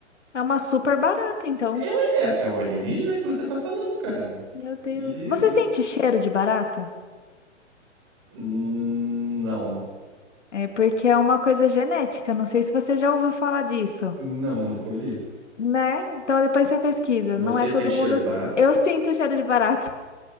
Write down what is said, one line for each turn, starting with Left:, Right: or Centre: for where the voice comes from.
Left: É uma super barata, então.
Right: É, é, é é o alienígena que você tá falando, cara.
Left: Meu Deus.
Right: E,
Left: Você sente
Right: e-
Left: cheiro de barata?
Right: hum, Não.
Left: É porque é uma coisa genética. Não sei se você já ouviu falar disso,
Right: Não, nunca ouvi.
Left: né? Então depois você pesquisa.
Right: Você
Left: Não é todo
Right: sente cheiro
Left: mundo.
Right: de barata?
Left: <laughs> Eu sinto cheiro de barata.